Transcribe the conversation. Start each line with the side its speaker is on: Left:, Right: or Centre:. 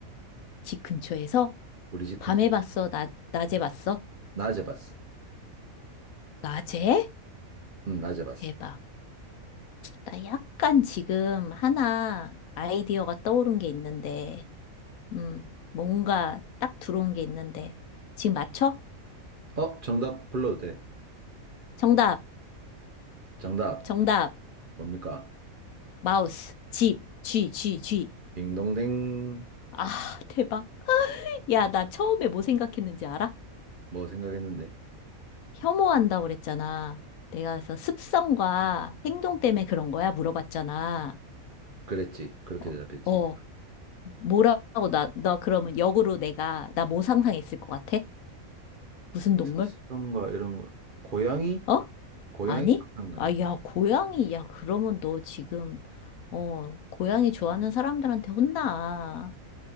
Left: 집 근처에서?
Right: 우리 집
Left: 밤에
Right: 근처에서
Left: 봤어?
Right: 봤어.
Left: 낮 낮에 봤어?
Right: 낮에 봤어.
Left: 낮에?
Right: 응 낮에 봤어.
Left: 대박. 나 약간 지금 하나 아이디어가 떠오른 게 있는데, 음, 뭔가 딱 들어온 게 있는데, 지금 맞춰?
Right: 어, 정답 불러도 돼.
Left: 정답,
Right: 정답
Left: 정답,
Right: 뭡니까?
Left: 마우스, 집, 쥐, 쥐, 쥐.
Right: 딩동댕
Left: 아, <laughs> 대박. 야, 나 처음에 뭐 생각했는지 알아?
Right: 뭐 생각했는데
Left: 혐오한다고 그랬잖아. 내가 그래서 습성과 행동 때문에 그런 거야? 물어봤잖아.
Right: 그랬지 그렇게
Left: 어,
Right: 대답했지
Left: 어, 뭐라고 나, 너 그러면 역으로 내가, 나 뭐 상상했을 것 같아? 무슨 동물?
Right: 습성과 이런 거 고양이
Left: 어?
Right: 고양이
Left: 아니?
Right: 상상한 거
Left: 아,
Right: 아니야?
Left: 야, 고양이. 야, 그러면 너 지금, 어, 고양이 좋아하는 사람들한테 혼나.